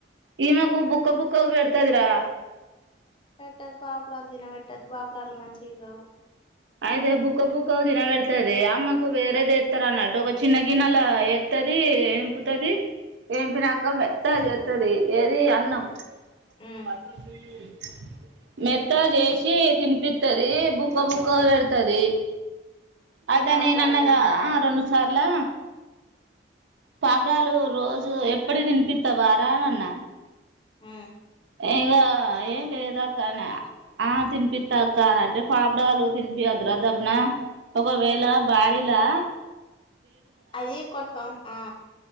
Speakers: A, on the right (about 70°); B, on the left (about 25°).
A: ఈ మకు బుక్క బుక్కఊ పెడతాదరా
B: పెట్టదు పాపడాలు తినబెట్టదు పాపడాల్ మంచివి కావు.
A: అయితే బుక్క బుక్క తినబెడతది అమ్మకు వేరేదిస్తారు అన్నట్టు. ఒక చిన్న గిన్నెలా ఏస్తుది ఎంపుతుది. ఎంపినాక మత్త అదిస్తుది. ఏది అన్నం
B: ఉమ్
A: బత సయ <inaudible> మెత్త చేసి తినిపిస్తది బుక్క బుక్ కో పెడతుది
B: ఆ
A: అదా
B: పాపడాలు
A: న అన్నగా
B: తినబెట్టద్దు
A: ఆ రెండు సార్లా పాపడాలు రోజు ఎప్పుడు తినిపిస్తా వరా అనిన్న
B: ఆ
A: ఇంకా ఏం లేద అక్క అని ఆ తినిపిస్తా అక్క. అ అంటే పాపుడాలు తినిపి అదురా దబిన. ఒకవేళ భారలా
B: అది కొసం ఆ